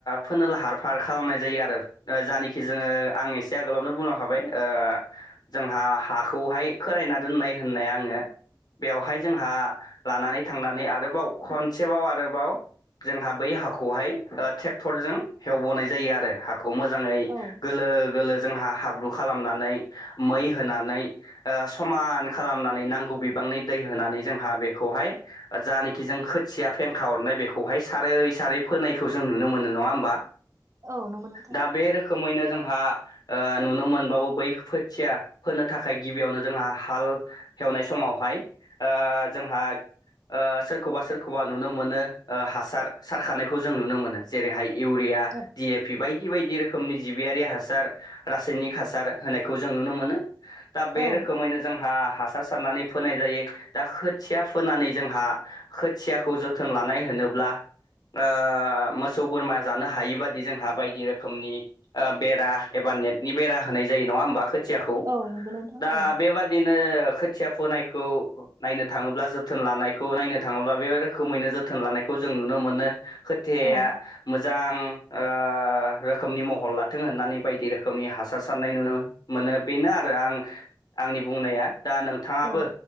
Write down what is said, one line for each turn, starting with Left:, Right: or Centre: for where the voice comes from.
Left: फोनो लाहार फाहार खालामनाय जायो आरो ओ जायानखि जोङो आं एसे आगोलावनो बुंलांखाबाय ओ जोंहा हाखौहाय खोराययना दोननाय होननाय आङो बेवहाय जोंहा लानानै थांनानै आरोबाव खनसेबाव आरोबाव जोंहा बै हाखौहाय ट्रेक्टर जों हेवबोनाय जायो आरो ह मोजाङै
Right: औ
Left: गोरल गोरलोलो जोंहा हाब्रु खालामनानै मै होनानै ओ समान खालामनानै नांगौ बिबांनि दै होनानै जोंहा बेखौहाय जानखि जों खोथिया फेंखा हरनाय बेखौहाय सारै सारै फोनायखौ जों नुनो मोनो नङा होमबा।
Right: औ नंगौ नों।
Left: दा बे रोखोमैनो जोंहा। ओ नुनो मोनबावो बै खोथिया फोनो थाखाय गिबियावनो जोंहा हाल एवनाय समावहाय ओ जोंहा। ओ सोरखौबा सोरखौबा नुनो मोनो ओ हासार सारखानायखौ जों नुनो मोनो जेरैहाय इउरिया,
Right: औ
Left: डि एपि बायदि बायदि। बायदि रोखोमनि जिबियारि हासार रासायनिक हासार होनायखौ जों नुनो मोनो। दा बे
Right: औ
Left: रोखोमैनो जोंहा हासार सारनानै फोनाय जायो दा खोथिया फोनानै जोंहा खोथियाखौ जोथोन लानाय होनोब्ला ओ मोसौ बोरमा जानो हायि बादि जोंहा बायदि रोक्ष रोखोनि ओ बेरा एबा नेटनि बेरा होनाय जायो नङा होमबा? खो खोथियाखौ
Right: औ नंगौ नोंथां
Left: दा
Right: औ
Left: बेबादिनो खोथिया फोनायखौ नायनो थाङोब्ला जोथोन लानायखौ नायनो थाङोब्ला बे रोखोमैनो जोथोन लानायखौ जों नुनो मोनो। खोथिआया
Right: औ
Left: मोजां ओ रोखोमनि महर लाथों होननानै बायदि रोखोमनि हासार साननाय नुनो मोनो बेनो आरो आं आंनि बुंनाया दा नोंथाङाबो
Right: औ